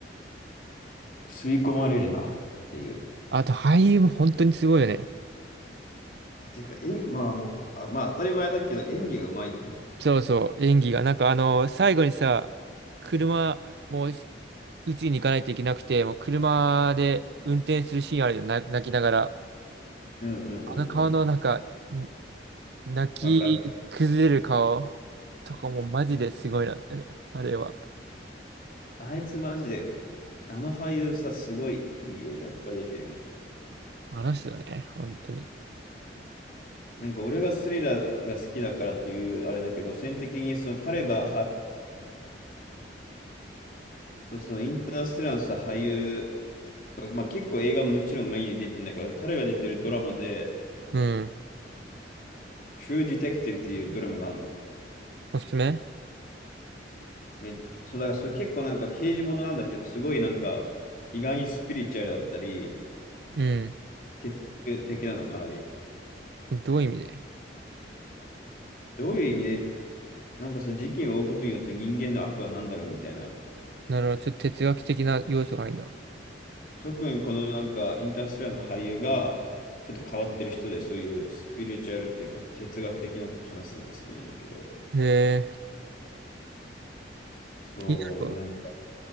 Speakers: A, on the left; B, on the right.
A: 吸い込まれるなっていう。
B: あと俳優も本当にすごいよね。
A: てか、えんまあもう、あ、まあ当たり前だけど演技がうまいよね。
B: そうそう、演技が。なんかあの、最後にさ、車、もう、うちに行かないといけなくて、もう車で運転するシーンあるよ、な泣きながら。
A: うんうんうんうん。
B: あの顔のなんか、ん泣
A: わかる。
B: き崩れる顔とかもマジですごいなってね。あれは。
A: あいつマジで、あの俳優さ、すごいいい映画いっぱい出てるよね。
B: あの人だね、本当に。
A: なんか俺がスリラーが好きだからっていうあれだけど、路線的にその彼がそうそのインターステラーのさ、俳優まあ、結構映画ももちろんメインに出てるんだけど、彼が出てるドラマで、
B: うん。
A: True Detective っていうドラマがあるの。
B: おすすめ
A: め、そう、だからそれ結構なんか刑事ものなんだけど、すごいなんか意外にスピリチュアルだったり、
B: うん。
A: 哲学的なのかなり。
B: どういう意味で
A: どういう意味で、なんかその事件を追うことによって人間の悪は何だろうみたいな。
B: なるほど。ちょっと哲学的な要素がいいな。
A: 特にこのなんかインターステラーの俳優がちょっと変わってる人で、そういうスピリチュアルっていうか、そう哲学的なこと話すのが好きなんだけど、
B: へえ、
A: そうでなんか
B: 気になるわ。